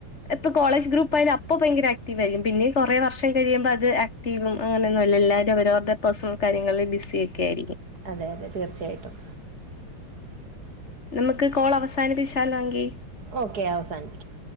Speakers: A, on the left; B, on the right.
A: ഇപ്പൊ കോളേജ് ഗ്രൂപ്പായാലും അപ്പൊ ഭയങ്കര ആക്ടീവായിരിക്കും. പിന്നെ കൊറെ വർഷം കഴിയുമ്പൊ അത് ആക് ടീമും അങ്ങനൊന്നുംമല്ല എല്ലാവരും അവരവരുടെ പേഴ്സണൽ കാര്യങ്ങളിൽ ബിസി ഒക്കെ ആയിരിക്കും
B: അതെ അതെ തീർച്ചയായിട്ടും
A: നമുക്ക് കോളവസാനിപ്പിച്ചാലൊങ്കി
B: ഓക്കെ അവസാനിപ്പിക്കാം